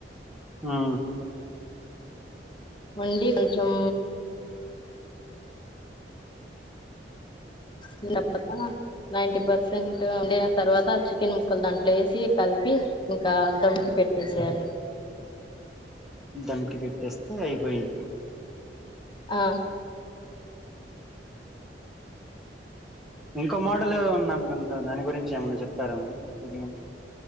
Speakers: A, in the centre; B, on the left.
A: ఆ
B: వండి కొంచం <unintelligible> నైన్టీ పర్సెంట్ వండిన తర్వాత చికెన్ ముక్కలు దాంట్లో ఎసి కలిపి ఇంక దమ్కి పెట్టేసేయాలి
A: దమ్కి పెట్టేస్తే అయిపోయిది
B: ఆ
A: ఇంకో మోడల్ ఉందనుకుంట దాని గురించి ఏమైన్నా చెప్తార మేడం బిర్యానీ